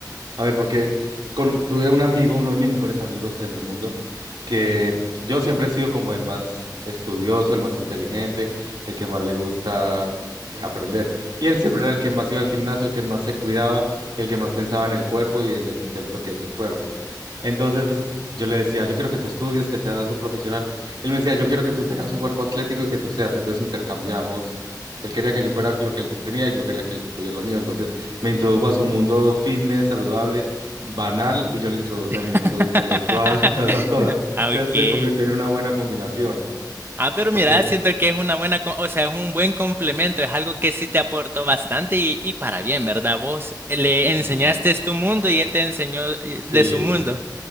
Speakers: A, on the right; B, on the right.
A: A ver, porque con- tuve un amigo, uno de mis mejores amigos en el mundo, que yo siempre he sido como el más estudioso, el más inteligente, el que más le gusta aprender. Y él siempre era el que más iba al gimnasio, el que más se cuidaba, el que más pensaba en el cuerpo y en el templo que es el cuerpo. Entonces yo le decía, yo quiero que tú estudies, que seas un profesional. Él me decía, yo quiero que tú tengas un cuerpo atlético y que tú seas. Entonces intercambiamos. Él quería que yo fuera lo que él tenía y yo quería que él tuviera lo mío. Entonces me introdujo a su mundo fitness, saludable, banal, y yo le introduje
B: <laughs>
A: a mi mundo intelectual <laughs> y todas esas cosas.
B: Ah,
A: Entonces
B: Ok.
A: se convirtió en una buena combinación,
B: Ah, pero
A: porque
B: mira, siento que es una buena, co- o sea, es un buen complemento, es algo que sí te aportó bastante y, y para bien, ¿verdad? Vos le
A: sí,
B: enseñaste tu mundo y él te enseñó eh,
A: sí,
B: de su mundo.